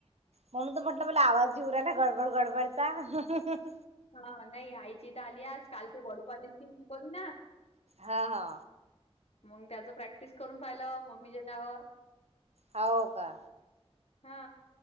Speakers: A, on the right; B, on the left.
A: म्हणून तो म्हटलं मला आवाज जवरायला गडबड गडबडचा
B: हा नाही आईची तर आली आज काल ते गडी पाडली तीिकडी ना
A: हा हा
B: मग त्याचं प्रॅक्टिस करून पाहिलं मम्मीच्या नावर
A: हो का
B: हा